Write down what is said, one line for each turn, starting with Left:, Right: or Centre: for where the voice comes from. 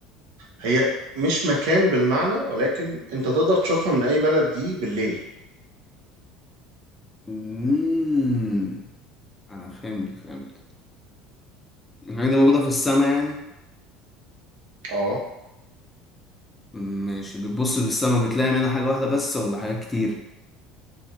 Right: هي مش مكان بالمعنى ولكن انت تقدر تشوفها من اي بلد دي بالليل
Left: مم. أنا فهمت فهمت الحاجة دي موجودة في السماء يعني
Right: اه
Left: ماشي بتبص في السماء بتلاقي منها حاجة واحدة بس ولا حاجات كتير